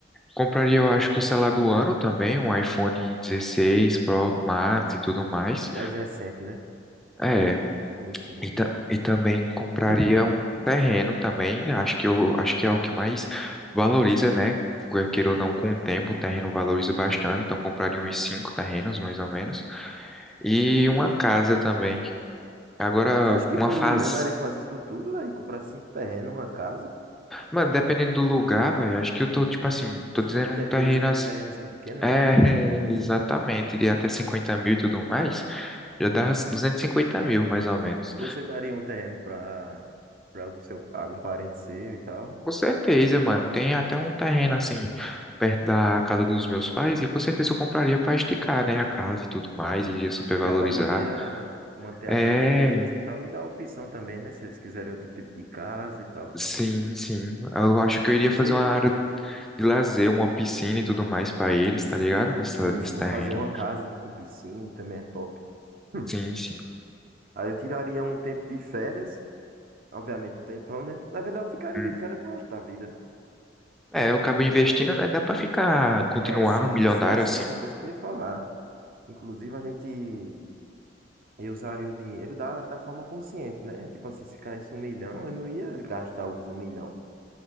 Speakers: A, in the centre; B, on the right.
A: compraria eu acho que o celular do ano também, um iPhone 16 Pro Max e tudo mais.
B: O mais recente, né?
A: É,
B: Sim, sim.
A: E, ta- e também compraria
B: Hum,
A: um terreno também, acho que eu acho que é o que mais valoriza, né? Quer queira ou não, com o tempo, o terreno valoriza bastante, então compraria uns cinco terrenos, mais ou menos.
B: com
A: E
B: certeza.
A: uma casa também. Agora,
B: Você acha que
A: uma
B: com
A: faz...
B: um milhão daria pra fazer isso tudo, velho? Comprar cinco terrenos, uma casa?
A: Mano, dependendo do lugar, velho, acho que eu tô, tipo assim, tô
B: Se
A: dizendo
B: for no interiorzinho,
A: um terreno assim...
B: uns terrenos em pequeno,
A: É,
B: né?
A: <laughs> exatamente, de até 50 mil e tudo mais, já dá duzentos e cinquenta mil, mais ou menos.
B: Você daria um terreno pra, pra algum seu, algum parente seu e tal?
A: Com certeza, mano. Tem até um terreno assim, perto da casa dos meus pais, e com certeza eu compraria pra esticar, né, a casa e tudo mais, e ia supervalorizar.
B: Já pra manter a, manter
A: É,
B: a casa deles e tal. E dar opção também, né? Se eles quiserem outro tipo de casa e tal.
A: sim, sim. Eu acho que eu iria
B: Você,
A: fazer uma área de lazer, uma piscina e tudo mais pra eles, tá ligado? Nessa,
B: sim,
A: nesse
B: sim,
A: terreno.
B: fazer uma casa de, com piscina também é top. Hum.
A: Sim, sim.
B: Aí eu tiraria um tempo de férias. Obviamente um tempão, né? Na verdade, eu ficaria
A: Hum.
B: de férias pro resto da vida.
A: É, eu acabo investindo, né? Dá pra ficar, continuar
B: É, sim,
A: milionário
B: sim, sim,
A: assim.
B: outra coisa que eu ia falar. Inclusive, a gente eu usaria o dinheiro da, da forma consciente, né? Tipo assim, se caísse um milhão, eu não ia gastar os um milhão.